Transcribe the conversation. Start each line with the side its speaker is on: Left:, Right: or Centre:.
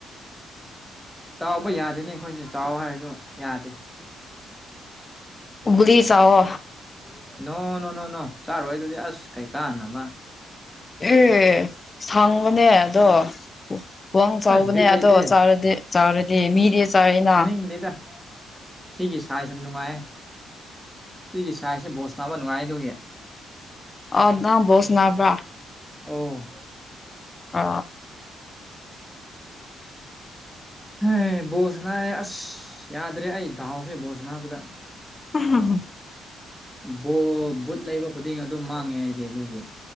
Centre: ꯆꯥꯎꯕ ꯌꯥꯗꯦꯅꯤ ꯑꯩꯈꯣꯏꯁꯦ ꯆꯥꯎ ꯍꯥꯏꯔꯁꯨ ꯌꯥꯗꯦ꯫
Left: ꯒꯨꯂꯤ ꯆꯥꯑꯣ
Centre: ꯅꯣ ꯅꯣ ꯅꯣ ꯅꯣ ꯆꯥꯔꯣꯏ ꯑꯗꯨꯗꯤ ꯑꯁ ꯀꯩꯀꯥꯟꯅꯕꯥ
Left: ꯑꯦ ꯁꯥꯡꯕꯅꯦ ꯑꯗꯣ ꯋꯥꯡ ꯆꯥꯎꯕꯅꯦ
Centre: ꯑꯁ ꯕꯤꯠ ꯂꯩꯇꯦ
Left: ꯑꯗꯣ ꯆꯥꯔꯗꯤ ꯆꯥꯔꯗꯤ ꯃꯤꯗꯤ ꯆꯥꯏꯅꯥ
Centre: ꯈꯪꯗꯦꯗ ꯁꯤꯒꯤ ꯁꯥꯏꯖ ꯌꯥꯝ ꯅꯨꯡꯉꯥꯏ ꯁꯤꯒꯤ ꯁꯥꯏꯖꯁꯦ ꯕꯣꯁ ꯇꯥꯕ ꯅꯨꯡꯉꯥꯏꯗꯨꯒꯤ
Left: ꯑ ꯅꯪ ꯕꯣꯁ ꯁꯥꯟꯅꯕ꯭ꯔꯥ
Centre: ꯑꯣ
Left: ꯑ
Centre: ꯍ ꯕꯣꯁꯁꯅꯥꯑꯦ ꯑꯁ ꯌꯥꯗ꯭ꯔꯦ ꯑꯩ ꯗꯥꯎꯁꯦ ꯕꯣꯁꯁꯅꯥꯕꯗꯥ
Left: ꯍ ꯍ <unintelligible>
Centre: ꯕꯣ ꯕꯨꯠ ꯂꯩꯕ ꯈꯨꯗꯤꯡ ꯑꯗꯨꯝ ꯃꯥꯡꯉꯦ ꯍꯥꯏꯗꯤ ꯑꯗꯨꯒꯤ